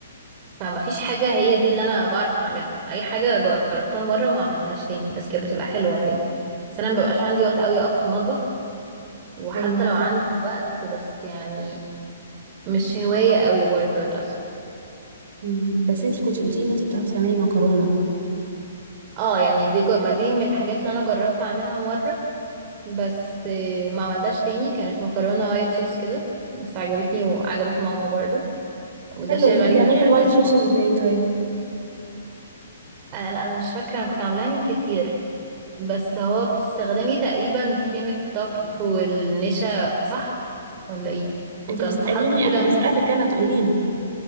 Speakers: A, on the right; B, on the right.
A: فما فيش حاجة هي دي اللي انا بعرف اعملها اي حاجة جربتها مرة وما عملتهاش تاني بس كانت بتبقى حلوة عادي بس انا مببقاش عندي وقت قوي اقف في المطبخ وحتى
B: ايوه
A: لو عندي وقت بس يعني مش هواية قوي برضو للأسف
B: مم، بس انتي كنتي قلتي ان انتي بتعرفي تعملي مكرونة
A: اه يعني دي جو... ما دي من الحاجات اللي انا جربت اعملها مرة بس آه، ما عملتهاش تاني كانت مكرونة وايت صوص كده بس عجبتني وعجبت ماما برضو وده
B: حلو
A: شيء
B: انتي
A: غريب
B: بتعملي
A: ان هي
B: الوايت
A: عجبت
B: صوص
A: ماما
B: ازاي طيب
A: آه لا انا مش فاكرة انا كنت عاملاها من كتير بس هو بتستخدمي تقريبا كريمة طبخ والنشا صح ولا ايه وكنت
B: انتي بتسأليني
A: حاطة فيه
B: انا
A: ليمون
B: بسألك انا تقوليلي